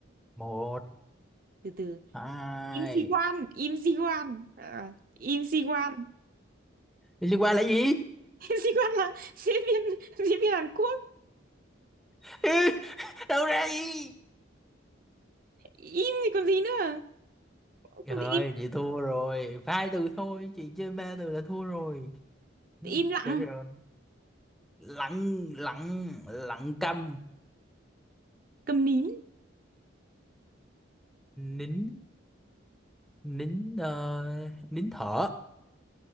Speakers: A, in the centre; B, on the right.
A: một
B: từ từ
A: hai
B: im si quan im si quan Ờ, im si quan
A: Đi liên quan là gì
B: <laughs> im si quan là diễn viên diễn viên Hàn Quốc
A: Ê, đâu ra gì
B: im thì còn gì nữa
A: rồi
B: không thì im
A: chị thua rồi hai từ thôi chị chơi ba từ là thua rồi <laughs>
B: im lặng
A: chết rồi lặng lặng lặng câm
B: câm nín
A: nín nín ờ, nín thở